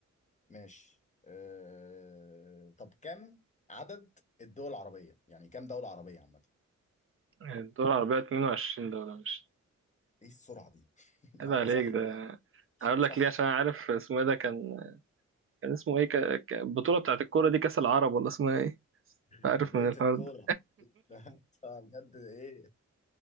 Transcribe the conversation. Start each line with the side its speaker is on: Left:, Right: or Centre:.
Left: ماشي أه... طب كم عدد الدول العربية يعني كم دولة عربية عامة
Right: الدول العربية 22 دولة مش
Left: ايه السرعة دي <laughs>
Right: عيب
Left: ايوه
Right: عليك
Left: صح
Right: ده هقول
Left: صح
Right: لك ليه عشان أنا عارف اسمه ايه ده كان كان اسمه ايه ك... ك... البطولة بتاعت الكورة دي كأس العرب ولا اسمها ايه؟ عارف
Left: بيت
Right: من الحوار
Left: الكورة
Right: ده
Left: <laughs> طب بجد ايه